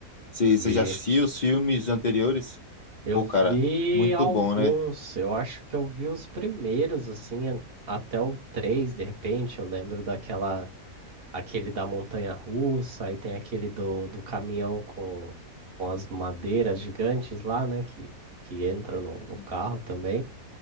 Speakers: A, on the left (about 75°); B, on the right (about 45°).
A: Você,
B: Ver
A: você já assistiu os filmes anteriores?
B: Eu
A: Pô,
B: vi
A: cara, muito
B: alguns,
A: bom, né?
B: eu acho que eu vi os primeiros, assim, a- até o 3. de repente, eu lembro daquela, aquele da montanha russa, aí tem aquele do, do caminhão com, com as madeiras gigantes lá, né, que, que entram no,
A: Sim.
B: no carro também,